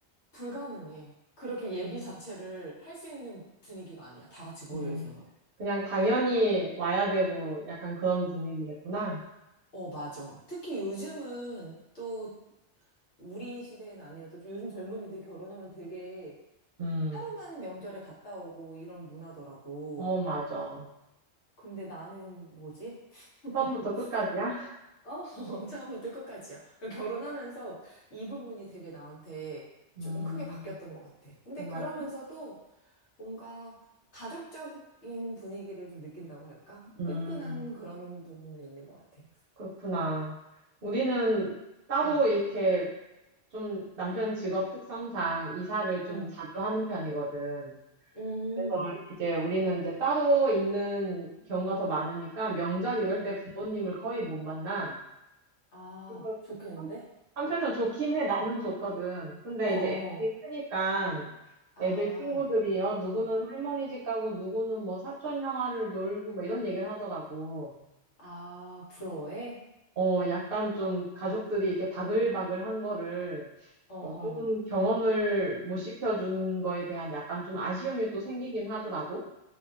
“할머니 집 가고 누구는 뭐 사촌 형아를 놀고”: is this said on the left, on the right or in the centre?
Right